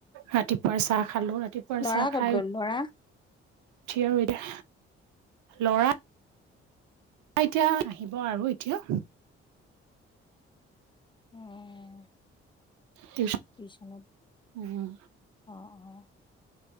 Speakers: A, on the right (about 65°); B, on the left (about 15°).
A: ৰাতিপুৱাৰ চাহ খালো ৰাতিপুৱা।
B: লৰা
A: চাহ খাই উঠি আৰু এতিয়া লৰা। এতিয়া আহিব আৰু এতিয়া।
B: উম।
A: <unintelligible>
B: টিচনত
A: উম,
B: অ' অ'।